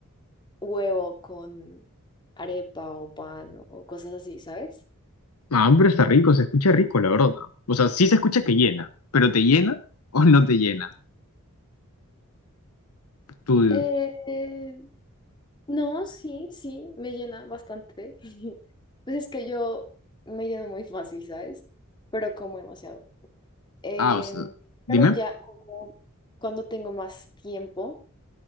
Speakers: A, on the left; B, on the left.
A: huevo con arepa o pan o cosas así, ¿sabes?
B: Ah, pero está rico, se escucha rico, la verdad. O sea, sí se escucha que llena, pero ¿te llena o no te llena? tú
A: Eh, no, sí, sí, me llena bastante. <laughs> Pues es que yo me lleno muy fácil, ¿sabes? Pero como demasiado. Em,
B: Ah, o sea, dime.
A: pero ya como cuando tengo más tiempo.